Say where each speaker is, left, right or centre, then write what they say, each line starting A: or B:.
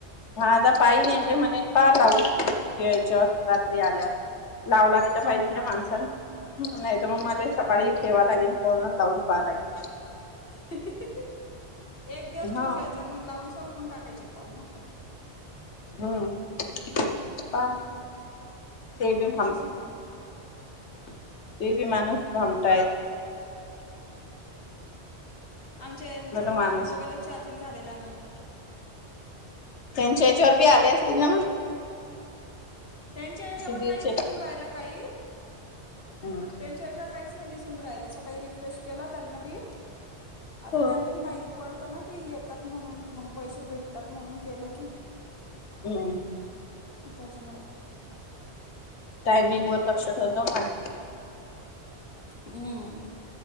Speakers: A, on the left (about 80°); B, on the left (about 55°).
A: माझा पाय <unintelligible> म्हणे का लावू <unintelligible> रात्री आल्यास. लावला तिथं
B: हम्म
A: पाहिजे, का माणसानं? हम नाही तर, मग माझ्या सकाळी ठेवा लागेल <unintelligible> लावून पहा लागेल.
B: <unintelligible> एक दिवस ठेवून
A: हा
B: घ्यायचा, आणि मग लावून संपवून टाकायचे कॉल मग काय?
A: हम <unintelligible> ते बी
B: मी तेच म्हटलं
A: <unintelligible> ते बी माणुस भामटा हाय.
B: आमच्या यांचा तर
A: माणूस
B: काल मोबाईलच चार्जिंग झालेला नव्हता.
A: त्यांच्या याच्यावर बी आले असतील ना मग?
B: त्यांच्या याच्यावर
A: सुधीरचे
B: नाही दिसून राहिलं काही,
A: हम्म
B: त्यांच्या याच्यावर काहीच नाही दिसू न राहिला, सकाळी रिफ्रेश केला त्यांना बी, आता
A: हो
B: त्यांला बी माही पडतं ना की येतात म्हणून, मग पैसे भेटतात म्हणून केलं की.
A: हम्म.
B: त्याच्यामुळं.
A: मेलवर लक्ष ठेव गं माय.
B: हम्म.